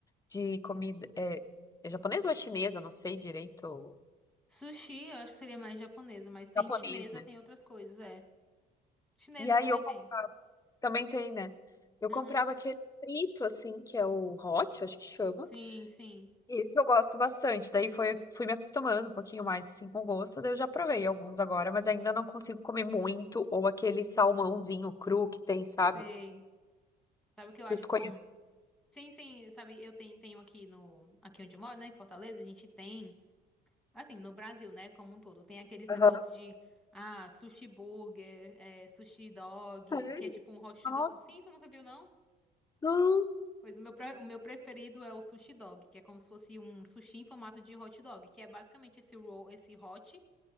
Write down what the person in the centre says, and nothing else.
Sushi, eu acho que seria mais japonesa, mas tem
chinesa,
tem outras coisas, é. Chinesa
também
tem.
Uhum.
Sim, sim.
Sei.
Sabe o que
eu acho
bom?
Sim, sim, sabe, eu tenho, tenho aqui no, aqui onde eu moro, né, em Fortaleza, a gente tem Assim, no Brasil, né, como um todo, tem aqueles negócios
de, ah, sushi burger, é, sushi dog,
que é tipo um hot
dog. Sim, tu nunca viu, não?
Pois o meu, pre- o meu preferido é o sushi dog, que é como se fosse um sushi em formato de hot dog, que é basicamente esse roll, esse hot,